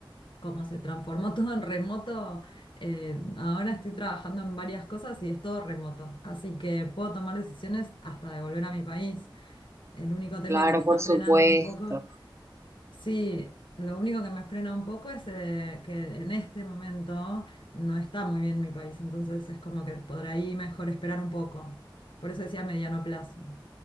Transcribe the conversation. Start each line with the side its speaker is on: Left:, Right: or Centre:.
Left: como se transformó <laughs> todo en remoto, eh, ahora estoy trabajando en varias cosas y es todo remoto, así que puedo tomar decisiones hasta de volver a mi país. El único tema
Right: Claro,
Left: que me está
Right: por
Left: frenando
Right: supuesto.
Left: un poco, sí, lo único que me frena un poco es eh, que en este momento no está muy bien mi país, entonces es como que por ahí mejor esperar un poco. Por eso decía mediano plazo.